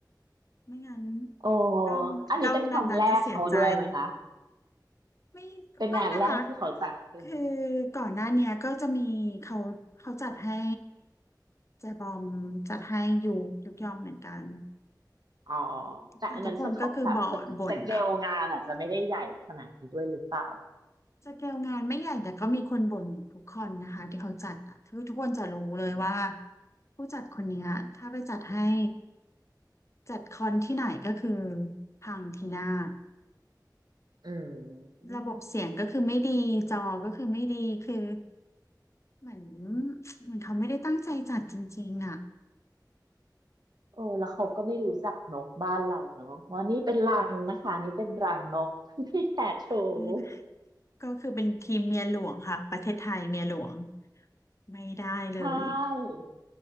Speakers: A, on the left (about 40°); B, on the right (about 65°).
A: ไม่งั้น
B: โอ้
A: ด้อมด้อมนั้นๆจะเสียใจ
B: อันนี้เป็นคนแรกเขาด้วยไหมคะ
A: ไม่ไม่นะคะ
B: เป็นงานแรกที่เขาจัดเป็น
A: คือก่อนหน้าเนี้ยก็จะมีเขาเขาจัดให้แจบอมจัดให้ยูยุกยอมเหมือนกัน
B: อ๋อแต่อันนั้นสกแบบสเกสเกลงานอาจจะไม่ได้ใหญ่ขนาดนี้ด้วยหรือเปล่า
A: แต่ทุกคนก็คือบ่นบ่นอะสเกลงานไม่ใหญ่แต่ก็มีคนบ่นอยู่ทุกคนนะคะที่เขาจัดอะคือทุกคนจะรู้เลยว่าผู้จัดคนเนี้ยถ้าไปจัดให้ จัดคอนที่ไหนก็คือพังพินาศ
B: อืม
A: ระบบเสียงก็คือไม่ดีจอก็คือไม่ดีคือเหมือนเหมือนเขาไม่ได้ตั้งใจจัดจริงๆอ่ะ
B: เออแล้วเขาก็ไม่รู้จักนกบ้านเราเนอะว่านี่เป็นรังนะคะนี่เป็นรังนก <laughs> ที่แตะโชว์
A: อันนี้ก็คือเป็นทีมเมียหลวงค่ะประเทศไทยเมียหลวงไม่ได้เลย
B: ใช่